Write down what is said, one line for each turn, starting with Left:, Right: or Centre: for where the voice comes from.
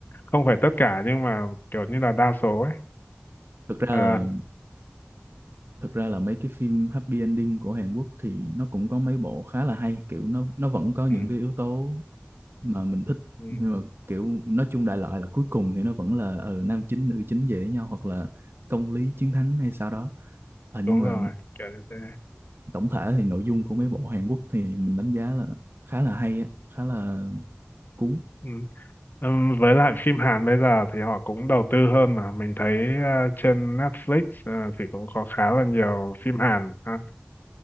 Left: không phải tất cả nhưng mà kiểu như là đa số ấy
Right: <laughs> thực ra
Left: Ờ,
Right: là Thực ra là mấy cái phim happy ending của Hàn Quốc thì nó cũng có mấy bộ khá là hay, kiểu nó nó vẫn có những
Left: ừ,
Right: cái yếu tố mà mình thích
Left: ừ,
Right: nhưng mà kiểu nói chung đại loại là cuối cùng thì nó vẫn là ừ, nam chính nữ chính về với nhau hoặc là công lý chiến thắng hay sao đó. À,
Left: đúng
Right: nhưng mà
Left: rồi kiểu như thế
Right: tổng thể thì nội dung của mấy bộ Hàn Quốc thì mình đánh giá là khá là hay á, khá là cuốn
Left: Ừ. Ừm, Với lại phim Hàn bây giờ thì họ cũng đầu tư hơn mà mình thấy ờ, trên Netflix ờ, thì cũng có khá là nhiều phim Hàn ha.